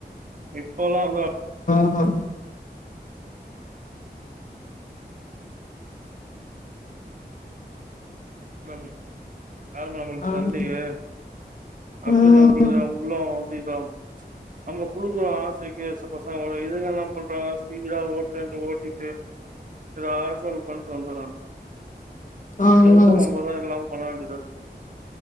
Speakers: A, on the right; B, on the left.
A: எ போலாம் <inaudible>
B: அஹ்
A: <unintelligible> யாருமே நம்மளுக்கு
B: ஆமா
A: தரல்லயே அப்டின்னு
B: ம்
A: நம்மகுள்ள <unintelligible> நமக்குள்ள அப்டி இதாகும் ச் நம்ம குடுக்குறோ ஆசைக்கி சப்போஸ் அவுங்களோட இதுங்க என்னா பண்றாங்க ஸ்பீடா ஓட்றேன்டு ஓட்டிட்டு ஏதாச்சும் ஒன்னு பண்ட்டு வந்தற்றாங்க
B: ஆமா
A: இப்போ நம்மதான் எல்லாம் பண்ண வேண்டியதா இருக்கு